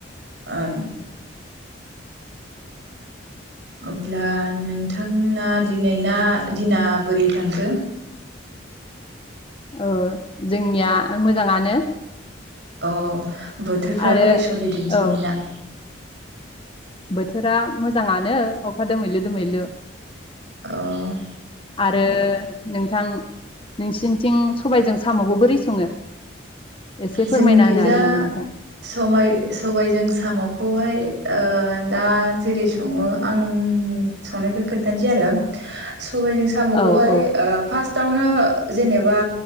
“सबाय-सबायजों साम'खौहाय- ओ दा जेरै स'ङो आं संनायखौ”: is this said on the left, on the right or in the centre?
Right